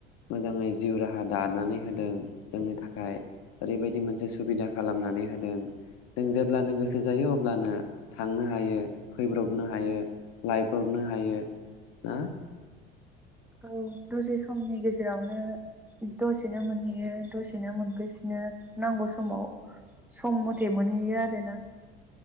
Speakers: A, on the left (about 50°); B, in the centre.
A: मोजाङै जिउ राहा दानानै होदों जोंनि थाखाय ओरैबायदि मोनसे सुबिदा खालामनानै होदों जों जेब्लानो गोसो जायो अब्लानो थांनो हायो फैब्रबनो हायो लायब्रबनो हायो ना।
B: औ दसे समनि गेजेरावनो दसेनो मोनहैयो दसेनो मोनफैफिनो नांगौ समाव सम मथे मोनहैयो आरोना।